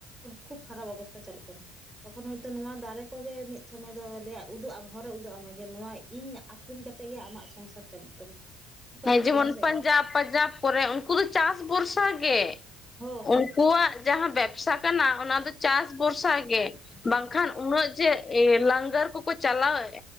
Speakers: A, in the centre; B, on the left.
A: ᱠᱷᱩᱵᱽ ᱠᱷᱟᱨᱟᱯ ᱚᱵᱚᱥᱛᱟᱷᱟ ᱪᱟᱹᱟᱞᱩᱜ ᱠᱟᱱᱟ ᱛᱚᱠᱷᱚᱱ ᱦᱚᱳᱭᱛᱳ ᱱᱚᱶᱟ ᱫᱟᱨᱮ ᱠᱚᱜᱮ ᱢᱤᱫ ᱥᱚᱢᱚᱭ ᱫᱚ ᱟᱞᱮᱭᱟ ᱩᱫᱩᱜ ᱟᱢ ᱦᱚᱨᱮ ᱩᱫᱩᱜ ᱟᱢ ᱡᱮ ᱱᱚᱣᱟ ᱤᱧ ᱟᱠᱷᱨᱤᱧ ᱠᱟᱛᱮ ᱠᱟᱛᱮᱜ ᱜᱮ ᱟᱢᱟᱜ ᱥᱚᱝᱥᱟᱨ ᱪᱟᱹᱞᱩᱜ ᱛᱟᱢᱟ ᱚᱱᱠᱟ
B: ᱦᱮᱸ
A: ᱦᱩᱭᱩᱜ
B: ᱡᱮᱢᱚᱱ
A: ᱜᱮᱭᱟ ᱥᱮ
B: ᱯᱟᱧᱡᱟᱵᱽ ᱯᱟᱧᱡᱟᱵᱽ ᱠᱚᱨᱮ ᱩᱱᱠᱩ ᱫᱚ ᱪᱟᱥ ᱵᱷᱚᱨᱥᱟ ᱜᱮ
A: ᱦᱳᱭ
B: ᱩᱱᱠᱩ ᱣᱟᱜ ᱡᱟᱦᱟᱸ ᱵᱮᱵᱥᱟ ᱠᱟᱱᱟ ᱚᱱᱟ ᱫᱚ ᱪᱟᱥ ᱵᱷᱚᱨᱥᱟ ᱜᱮ ᱵᱟᱝᱠᱷᱟᱱ ᱩᱱᱟᱹᱜ ᱡᱮ ᱞᱟᱝᱜᱟᱨ ᱠᱚᱠᱚ ᱪᱟᱞᱟᱣᱮᱫ